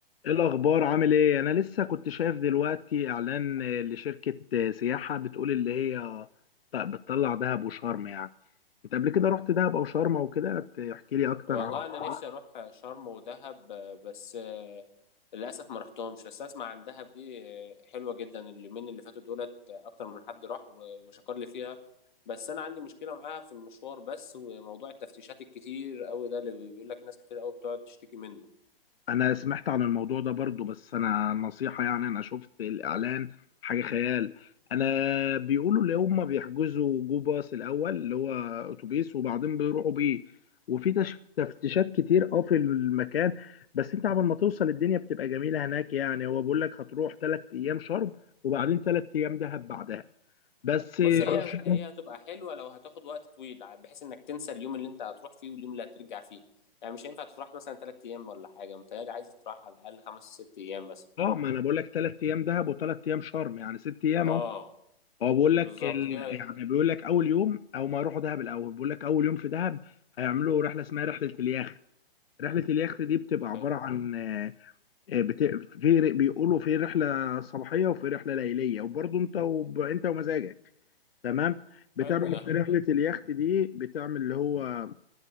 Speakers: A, on the left; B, on the left.
A: ايه الاخبار عامل ايه انا لسه كنت شايف دلوقتي اعلان آه، لشركة آه، سياحة بتقول اللي هي ط- بتطلع دهب وشرم يعني انت قبل كده رحت دهب او شرم او كده تحكي لي اكتر
B: والله
A: عن الموضوع؟
B: انا نفسي اروح شرم ودهب بس آه، للاسف ما رحتهمش بس اسمع عن دهب دي آه، حلوه جدا اليومين اللي فاتوا دولت آه، اكتر من حد راح و- وشكر لي فيها بس انا عندي مشكله معاها في المشوار بس وموضوع التفتيشات الكتير قوي ده اللي بيقول لك ناس كتير قوي بتقعد تشتكي منه
A: انا سمعت عن الموضوع ده برضو بس انا نصيحة يعني انا شفت الاعلان حاجة خيال انا بيقولوا اللي هم بيحجزوا جو باص الاول اللي هو اتوبيس وبعدين بيروحوا بيه وفي تش- تفتيشات كتير اه في المكان بس انت قبل ما توصل الدنيا بتبقى جميلة هناك يعني هو بيقول لك هتروح تلات ايام شرم وبعدين تلات ايام دهب بعدها بس
B: بص
A: <laughs>
B: هي
A: مش
B: هي هتبقى حلوه لو هتاخد وقت طويل ع- بحيث انك تنسى اليوم اللي انت هتروح فيه واليوم اللي هترجع فيه يعني مش هينفع تروح مثلا ثلاث ايام ولا حاجه متهيألي عايز تروح على الاقل خمس ست ايام بس
A: اه ما انا بقول لك تلات ايام دهب وتلات ايام شرم يعني ست ايام
B: اه
A: اهو هو بيقول
B: بالظبط
A: لك ال...
B: كده
A: يعني بيقول لك اول يوم او ما يروحوا دهب الاول بيقول لك اول يوم في دهب هيعملوا رحله اسمها رحله اليخت رحله اليخت دي بتبقى عباره
B: حلو
A: عن آه، آه، بت... في ر- بيقولوا في رحله صباحيه وفي رحله ليليه وبرضه انت وب... انت ومزاجك تمام بتعمل
B: حلو ده
A: في رحله اليخت دي بتعمل اللي هو